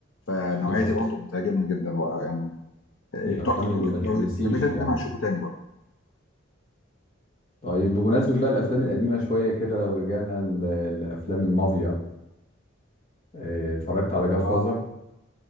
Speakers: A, on the left; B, on the left.
A: فالنوعية
B: بالظبط
A: دي برضه بتعجبني جدًا ويعني آه،
B: من الافلام
A: تحفه لو
B: اللي
A: جيت
B: ما تتنسيش
A: لو جيت لو جيت أنا
B: يعني
A: قدامي هشوفه تاني برضه
B: طيب بمناسبه بقى الافلام القديمه شويه كده لو رجعنا ل- لافلام المافيا آه، اتفرجت على جاد
A: اه
B: فازر